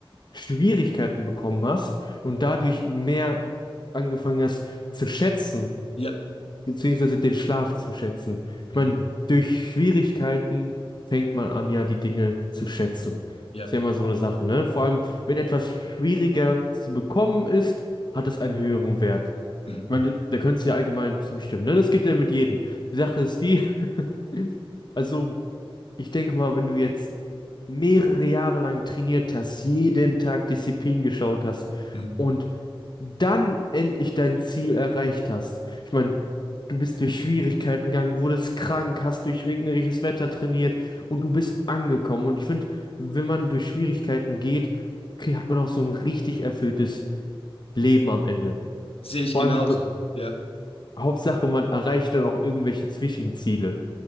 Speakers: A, on the left; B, on the left.
A: Schwierigkeiten bekommen hast und dadurch mehr angefangen hast zu schätzen,
B: Ja.
A: beziehungsweise den Schlaf zu schätzen. Ich
B: Mhm.
A: meine, durch Schwierigkeiten fängt man an, ja, die Dinge zu schätzen.
B: Ja.
A: Ist ja immer so eine Sache, ne? Vor allem, wenn etwas schwieriger zu bekommen ist, hat es einen höheren Wert.
B: Mhm.
A: Ich meine, da könntest du ja allgemein zustimmen, ne? Das geht ja mit jedem. Die Sache ist die, <laughs> also ich denke mal, wenn du jetzt mehrere Jahre lang trainiert hast, jeden Tag Disziplin geschaut hast
B: Mhm.
A: und dann endlich dein Ziel erreicht hast. Ich meine, du bist durch Schwierigkeiten gegangen, wurdest krank, hast durch regnerisches Wetter trainiert und du bist angekommen. Und ich finde, wenn man durch Schwierigkeiten geht, krie- hat man auch so ein richtig erfülltes Leben am Ende.
B: Sehe ich
A: Vor
B: genauso.
A: allem, wenn man,
B: Ja.
A: Hauptsache, man erreicht dann auch irgendwelche Zwischenziele.